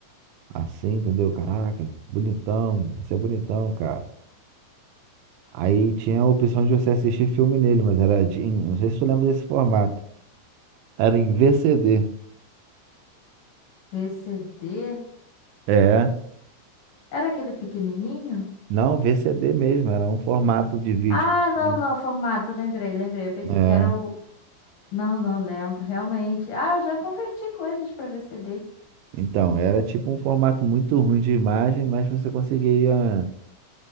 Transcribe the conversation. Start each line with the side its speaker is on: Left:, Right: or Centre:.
Right: assim, entendeu? Caraca, bonitão, você é bonitão, cara. Aí tinha a opção de você assistir filme nele, mas era de, em- não sei se tu lembra desse formato. Era em VCD.
Left: VCD?
Right: É,
Left: Era aquele pequenininho?
Right: não, VCD mesmo, era um formato de vídeo.
Left: Ah, não,
Right: assim.
Left: não, formato, lembrei, lembrei. Eu pensei
Right: É.
Left: que era o. Não, não lembro, realmente. Ah, eu já converti coisas para VCD.
Right: Então, era tipo um formato muito ruim de imagem, mas você conseguia,